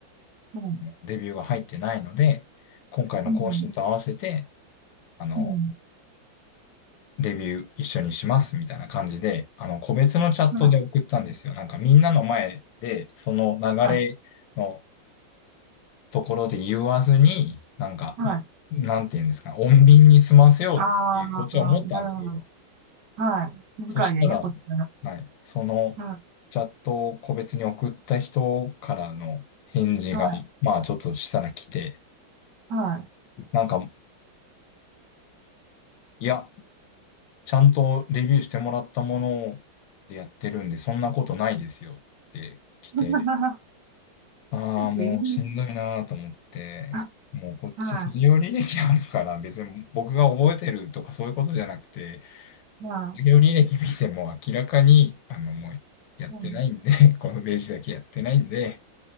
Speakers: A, on the right; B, on the left.
A: うん、
B: レビューが入ってないので、今回の更新と合わせて、
A: うん、
B: あの、
A: うん
B: レビュー一緒にしますみたいな感じで、あの、個別のチャットで送ったんですよ。
A: は
B: なんかみんなの前で、その流れの
A: い、はい、
B: ところで言わずに、なんか、
A: はい。
B: なんて言うんですか、穏便に済ませようっていうこっちは思ったんですけど、
A: ああ、なるほど。はい。気遣いでね、
B: そしたら、
A: こっちから。
B: はい、そのチャットを個別に送った人からの返事が、
A: はい。はい。
B: まあちょっとしたら来て、
A: はい。
B: なんか、いや、ちゃんとレビューしてもらったものでやってるんで、そんなことないですよって来て、
A: <laughs>
B: ああ、もうしんどいなと思って、
A: ええあ
B: もうこっち企業履歴あるから、
A: は
B: 別に僕が覚えてるとかそういうことじゃなくて、
A: い。は
B: 企業履歴見ても明らかに、あの、もうやってないんで、
A: い。うん。
B: <laughs> このページだけやってないんで、